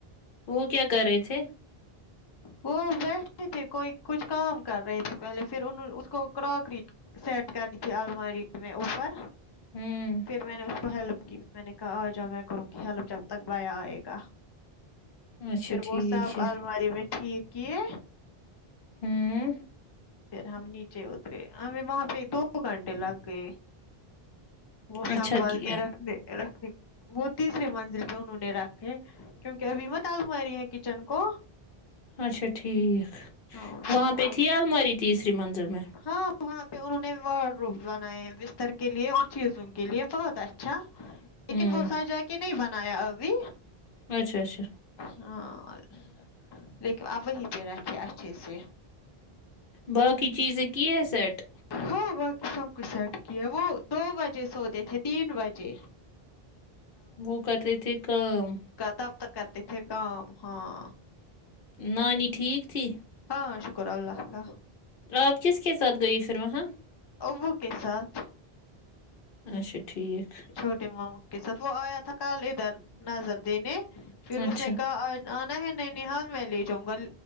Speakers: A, on the left (about 65°); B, on the left (about 35°).
A: وہ کیا کر رہے تھے
B: وہ ویسے تھے کوئی کچھ کام کر رہے تھے پہلے پھر ان اس کو کراکری سیٹ کرنی تھی الماری میں اوپر
A: ہمم
B: پھر میں نے ہیلپ کی میں نے کہا آجا میں کروں گی ہیلپ جب تک بائے آئے گا
A: اچھا
B: پھر
A: ٹھیک
B: وہ صاحب
A: ہے
B: الماری میں ٹھیک کیے
A: ام
B: پھر ہم نیچے اترے ہمیں وہاں پہ دو گھنٹے لگ گئے وہ
A: اچھا
B: سنبھال
A: کیا
B: کے رکھنے رکھنے وہ تیسرے منزل پہ انہوں نے رکھے کیونکہ ابھی مت آلماری ہے کچن کو
A: اچھا ٹھیک
B: ہاں پھر
A: وہاں پ تھی الماری تیسری منزل میں
B: ہاں وہاں پہ انہوں نے ورڈ روم بنائے بستر کے لیے اور چیزوں کے لیے بہت اچھا لیکن
A: ہمم
B: وہ سر جا کے نہیں بنایا ابھی
A: اچھا اچھا
B: ہاں لیکن اپ وہیں پہ رہتے اچھے سے
A: باقی چیزیں کی ہے سیٹ
B: ہو باقی سب کچھ سیٹ کیا وہ دو بجے سوتے تھے تین بجے
A: وہ کرتے تے کام
B: کتب تک کرتے تھے کام ہاں
A: نانی ٹھیک تھی
B: ہاں شکر اللہ کا
A: آپ کس کے ساتھ گئی پھر وہاں
B: امو کے سات
A: اچھا ٹھیک
B: چھوٹے ماموں کے ساتھ وہ آیا تھا کل ادھر نظر دینے پھر
A: اچھا
B: اس نے کہا آج آنا ہے نینی حال میں لے جاؤں گا